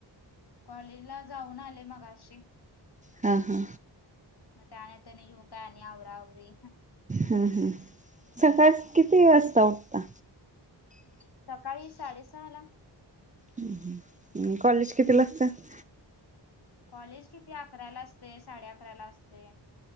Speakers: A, on the left; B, on the right.
A: कॉलेज ला जाऊन आले मघाशी
B: हा हा.
A: म आता आन्या तानी घेऊन काय आता आवरा आवरी
B: हम्म हम्म सकाळस किती वाजता उठता?
A: सकाळी साडेसहाला.
B: हूं हूं मंग कॉलेज कितीला असत.
A: कॉलेज किती अकराला असतयं, साडे अकरा ला असतयं.